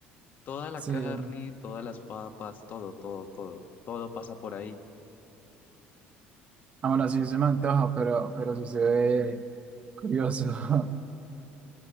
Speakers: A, on the left; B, on the right.
A: Toda la
B: Sí.
A: carne, todas las papas, todo, todo, todo. Todo pasa por ahí.
B: Ah, bueno, sí se me antoja, pero, pero sí se ve curioso. <laughs>